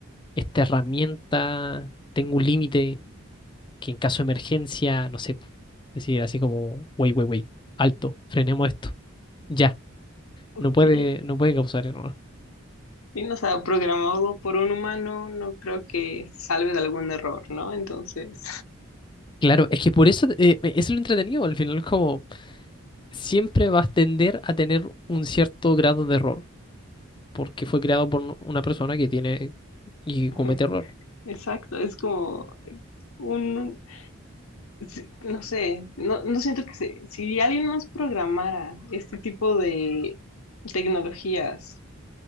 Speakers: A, on the left (about 20°); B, on the left (about 90°).
A: esta herramienta, tengo un límite que en caso de emergencia, no sé, pu- decir así como, wey, wey, wey, alto, frenemos esto, ya,
B: Ok.
A: no puede, no puede causar error.
B: Sí, no, o sea, programado por un humano, no creo que salve de algún error, ¿no? Entonces,
A: Claro, es que por eso eh, e, es lo entretenido, al final es como siempre vas a tender a tener un cierto grado de error, porque fue creado por una persona que tiene y
B: <laughs>
A: comete errores.
B: exacto, es como un, sí, no sé, no, no siento que se, si alguien nos programara este tipo de tecnologías